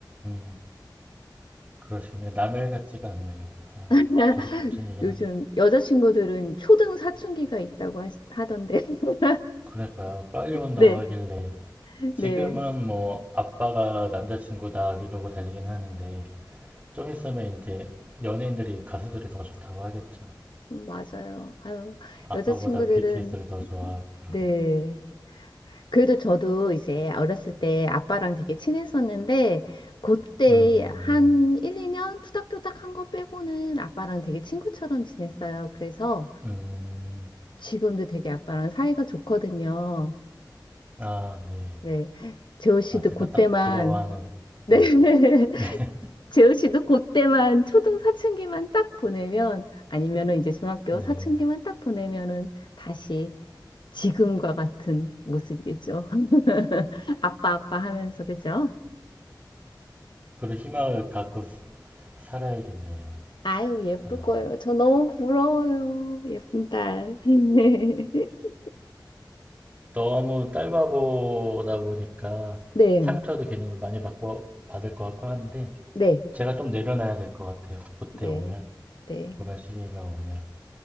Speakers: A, on the right (about 20°); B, on the left (about 80°).
A: 음, 그러시네. 남의 일 같지가 않네요. 아,
B: <laughs>
A: 저도 걱정이긴
B: 요즘
A: 합니다.
B: 여자친구들은 초등 사춘기가 있다고 하, 하던데. <laughs>
A: 그러니까 빨리 온다고
B: 네.
A: 하길래 지금은
B: 네.
A: 뭐 아빠가 남자친구다 이러고 다니긴 하는데 좀 있으면 이제 연예인들이 가수들이 더 좋다고 하겠죠.
B: 맞아요. 아유,
A: 아빠보다
B: 여자친구들은
A: BTS를 더 좋아하고 그러겠죠.
B: 네. 그래도 저도 이제 어렸을 때 아빠랑 되게 친했었는데, 그때
A: 음,
B: 한 1, 2년 투닥투닥 한 거 빼고는 아빠랑 되게 친구처럼 지냈어요. 그래서
A: 음,
B: 지금도 되게 아빠랑 사이가 좋거든요.
A: 아, 네.
B: 네. 재호 씨도
A: 아, 제가
B: 그때만,
A: 딱 부러워하는,
B: <laughs>
A: 네,
B: 네.
A: <laughs>
B: 재우 씨도 그때만 초등 사춘기만 딱 보내면 아니면은 이제 중학교
A: 네.
B: 사춘기만 딱 보내면은 다시 지금과 같은 모습이겠죠. <laughs> 아빠 아빠 하면서 그죠?
A: 그런 희망을 갖고 살아야겠네요.
B: 아유 예쁠
A: 아,
B: 거예요. 저 너무 부러워요. 예쁜 딸. <laughs>
A: 너무 딸바보다 보니까
B: 네,
A: 상처도 괜히 많이 받고 받을 것 같고 하는데
B: 네,
A: 제가 좀 내려놔야 될 것 같아요. 그때
B: 네,
A: 오면
B: 네.
A: 그런 시기가 오면